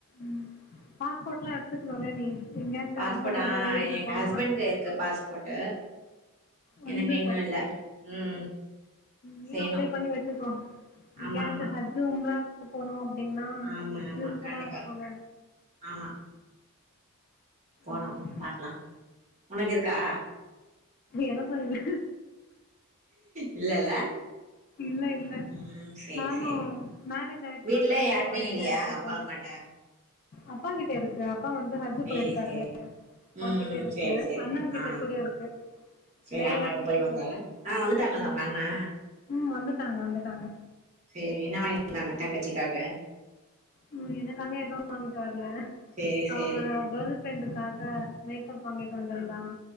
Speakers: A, on the left; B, on the right.
A: ம் பாஸ்போர்ட்ல்லா எடுத்துக்னுல நீ எங்கயாச்சு
B: பாஸ்போர்ட்
A: ஹஸ்பண்டோட
B: ஆ
A: ஊருக்கு
B: எங்க
A: போகனு
B: ஹஸ்பண்ட்க்கு இருக்கு பாஸ்போர்ட்டு
A: வந்து
B: எனக்கு இன்னு இல்ல ம்
A: நீயு
B: செய்யணு
A: அப்ளை பண்ணி வச்சிருக்கோ எங்கயாச்சு
B: ஆமா ஆமா
A: <unintelligible> போனு அப்டின்னா
B: ஆமா ஆமா
A: யூஸ்ஃபுல்லாருக்குல
B: கண்டிப்பா ஆமா போனு
A: ஆமாம்
B: பாக்லா ஒனக்கிருக்கா
A: எனக்கு இல்ல
B: இல்லல்ல
A: இல்ல இல்ல
B: ம் சேரி
A: நானு
B: சேரி
A: மேரேஜ் ஆய்டுச்சுனா
B: வீட்ல
A: நானு
B: யார்கிட்டயு
A: அப்டியே
B: இல்லையா
A: அப்ளை
B: அப்பா
A: பண்றே
B: அம்மாட்ட
A: அப்பா கிட்டருக் க்கு அப்பா வந்து ஹஜு
B: சேரி
A: போய்ருக்காருல
B: சேரி
A: அவர்கிட்ட
B: ம்
A: இருக்கு
B: சேரி சேரி
A: அண்ணன்
B: ஆ
A: கிட்ட கூட இருக்கு
B: சேரி
A: வேற
B: ஆமா
A: யார்கிட்டயும்
B: இப்ப போய் வந்தாங்க
A: இல்ல.
B: ஆ வந்துட்டாங்களா
A: ம்.
B: ஒங்க அண்ணெ
A: ம் வந்துட்டாங்க வந்துட்டாங்க
B: சேரி என்ன வாங்கிட்டு வந்தாங்க தங்கச்சிக்காக
A: ம் எனக்காக எதுவும் வாங்கிட்டு வரல
B: சேரி
A: அவனோட
B: சேரி
A: கேர்ள் ஃப்ரெண்டுக்காக மேக்கப் வாங்கிட்டு வந்திருந்தான்